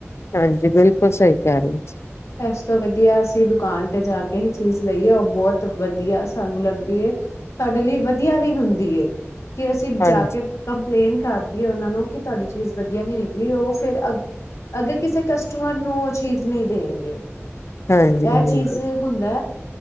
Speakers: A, on the left; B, on the left.
A: ਹਾਂਜੀ ਬਿਲਕੁਲ ਸਹੀ ਕਹਿ ਰਹੇ
B: ਇਸ ਤੋਂ ਵਧੀਆ ਅਸੀਂ ਦੁਕਾਨ ਤੇ ਜਾ ਕੇ ਹੀ ਚੀਜ਼ ਲਈਏ ਉਹ ਬਹੁਤ ਵਧੀਆ ਸਾਨੂੰ ਲੱਗਦੀ ਐ ਸਾਡੇ ਲਈ ਵਧੀਆ ਵੀ ਹੁੰਦੀ ਕਿ ਅਸੀਂ
A: ਹਾਂਜੀ
B: ਜਾ ਕੇ ਕੰਪਲੇਨ ਕਰਦੀ ਹੈ ਉਹਨਾਂ ਨੂੰ ਕਿ ਤੁਹਾਡੀ ਚੀਜ਼ ਵਧੀਆ ਨੀ ਨਿਕਲੀ ਉਹ ਫੇਰ ਅ ਅੱਗੇ ਕਿਸੇ ਕਸਟਮਰ ਨੂੰ ਉਹ ਚੀਜ਼ ਨਹੀਂ ਦੇਣਗੇ <inaudible>
A: ਹਾਂਜੀ
B: ਇਹ
A: ਹਾਂਜੀ
B: ਚੀਜ਼ ਹੁੰਦਾ।